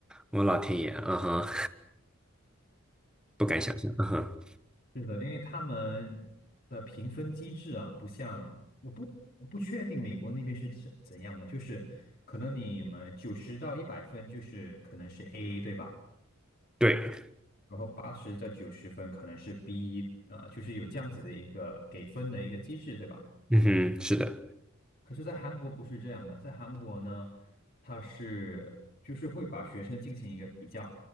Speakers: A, in the centre; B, on the left.
A: 我老天爷，嗯哼，<laughs> 不敢想象，嗯哼，
B: 是的，因为他们的评分机制啊，不像我不我不确定美国那边是怎怎样的，就是可能你们九十到一百分就是可能是 A，对吧？
A: 对。
B: 然后八十到九十分可能是 B，啊、就是有这样子的一个给分的一个机制，对吧？
A: 嗯哼，是的，
B: 可是，在韩国不是这样的，在韩国呢，它是就是会把学生进行一个比较，